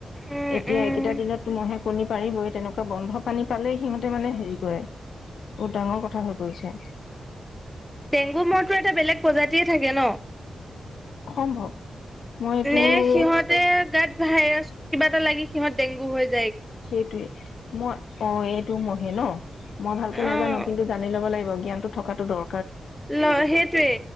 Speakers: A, in the centre; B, on the left.
A: উম,
B: এতিয়া
A: উম।
B: এইকেইটা দিনত তো ম'হে কণী পাৰিবই তেনেকোৱা ত'বন্ধ পানী পালেই সিহঁতে মানে হেৰি কৰে বহুত ডাঙৰ কথা হৈ গৈছে।
A: ডেংগু মহটো এটা বেলেগ প্ৰজাতিয়ে থাকে ন?
B: সম্ভৱ। মই এইটো
A: নে সিহঁতে গাত ভাইৰাছ কিবা এটা লাগি সিহঁত ডেংগু হৈ য
B: সেইটোৱে মই অ, এইটো ম'হে ন? মই ভালকে
A: অ',
B: নাজানো কিন্তু জানি ল'ব লাগিব জ্ঞানটো থকাটো দৰ
A: লই সেইটোৱে